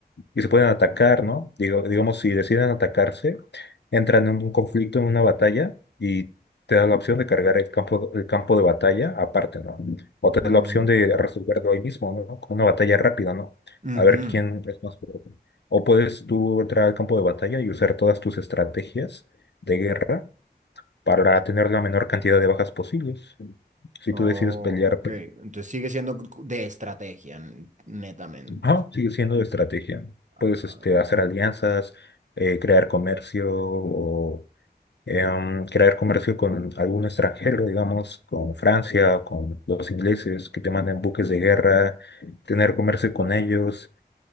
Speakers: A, on the left; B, on the right.
A: y se pueden atacar, ¿no? Digo, digamos, si deciden atacarse, entran en un conflicto, en una batalla, y te da la opción de cargar el campo, el campo de batalla aparte, ¿no? O te
B: Mm,
A: da la opción de resolverlo ahí mismo, ¿no? Con una batalla rápida, ¿no?
B: ujú.
A: A ver quién es más fuerte. O puedes tú entrar al campo de batalla y usar todas tus estrategias de guerra para tener la menor cantidad de bajas posibles. Si
B: Oh,
A: tú decides pelear
B: ok.
A: pues,
B: Entonces sigue siendo c- de estrategia, n- netamente.
A: Ajá, sigue siendo de estrategia.
B: Ah,
A: Puedes este, hacer alianzas, eh, crear comercio o em, crear comercio con algún extranjero, digamos, con Francia o con los ingleses que te manden buques de guerra, tener comercio con ellos